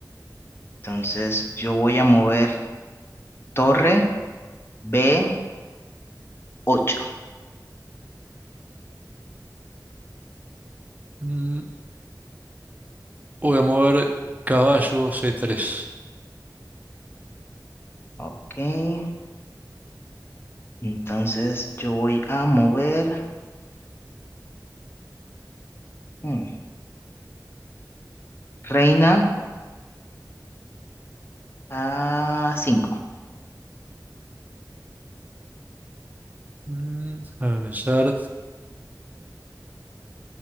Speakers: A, on the left; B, on the right.
A: Entonces yo voy a mover torre b ocho.
B: Mm, Voy a mover caballo c tres
A: Ok. Entonces yo voy a mover mm, reina a cinco.
B: Mm, a pensar.